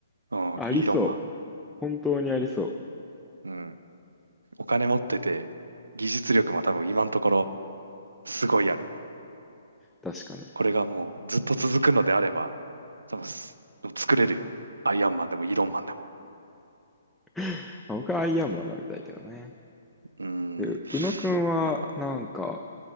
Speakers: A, on the right (about 80°); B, in the centre.
A: うん、
B: ありそう。
A: イーロンマ
B: 本当にありそう。
A: ン。うん、お金持ってて、技術力も多分今のところすごいある。
B: 確かに。
A: これがもうずっと続くのであれば、多分す作れるよ。アイアンマンでもイーロンマンでも。
B: <laughs> あ僕はアイアンマンが見たいけどね。
A: うーん。
B: え、宇野くんは、
A: まあ、
B: なんか、